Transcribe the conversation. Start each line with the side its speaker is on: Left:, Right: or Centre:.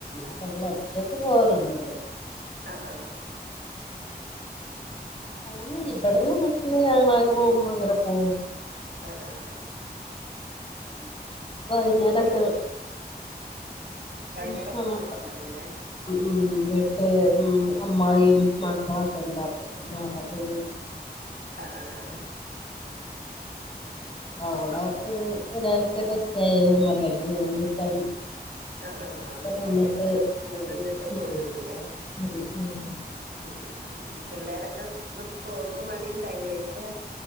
Left: അത് നമ്മൾ ഒറ്റയ്ക്ക് പോകലൊന്നുമില്ല
Right: ആ ആ
Left: ആന്നേ ഇവിടന്ന് വീട്ടന്ന് ഞങ്ങ ആര് പോകുമ്പോ അങ്ങനെ പോകവും
Right: ആഹ ആഹ ആ
Left: <unintelligible> വയനാടക്ക
Right: ഓല് വയനാടൊക്കെ
Left: മ്മ
Right: പോയിട്ടുണ്ടാവൂല്ലേ
Left: ഉ വിട്ട് ഉം അമ്മായി മക്കളൊക്കെ ഉണ്ട് അപ്പൊ പിന്നെ അവിടെ പോകവും
Right: ആഹ ആഹ ആഹ
Left: അവിടെ ഒരു ഒരാഴ്ചയക്കെ സ്റ്റേ ചെയ്യും അല്ലെങ്കിൽ ഒരു ദിവസം
Right: ആ ആ
Left: അങ്ങനൊക്കെ
Right: പോയേ
Left: നിന്നിട്ട്
Right: പിന്ന
Left: പോരും
Right: നിന്നിട്ടേ
Left: ഉം
Right: പോരുള്ളൂല്ലേ
Left: ഉം ഉം
Right: ഉം ഉം ഉം ഉം പിള്ളേരൊക്കെ നിക്കുവൊ ഓര്ക്ക് മടീണ്ടായ്ട്ല്ലെ ക്കെയ